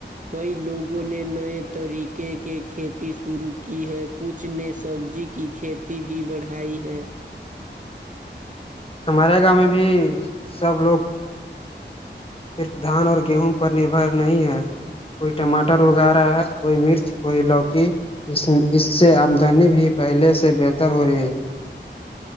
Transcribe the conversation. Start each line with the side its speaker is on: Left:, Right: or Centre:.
Right: کئی لوگوں نے نئے طریقے کے کھیتی شروع کی ہے کچھ نے سبزی کی کھیتی بھی بڑھائی ہے
Left: ہمارے گاؤں میں بھی سب لوگ صرف دھان اور گیہوں پر نربھر نہیں ہے کوئی ٹماٹر اگا رہا ہے کوئی مرچ کوئی لوکی اس اس سے آمدنی بھی پہلے سے بہتر ہو رہی ہے